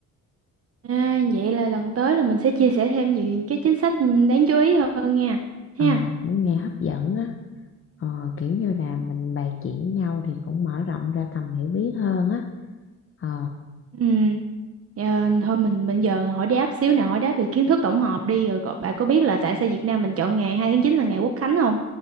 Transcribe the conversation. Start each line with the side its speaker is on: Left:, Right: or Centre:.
Right: À, vậy là lần tới là mình sẽ chia sẻ thêm nhiều cái chính sách đáng chú ý hơn nha. Ha.
Left: Ờ, cũng nghe hấp dẫn á. Ờ, kiểu như là mình bàn chuyện nhau thì cũng mở rộng ra tầm hiểu biết hơn á. Ờ,
Right: Ừ. Ờ, thôi mình bây giờ hỏi đáp xíu nào hỏi đáp về kiến thức tổng hợp đi rồi còn- bạn có biết là tại sao Việt Nam mình chọn ngày 2 tháng 9 là ngày Quốc khánh không?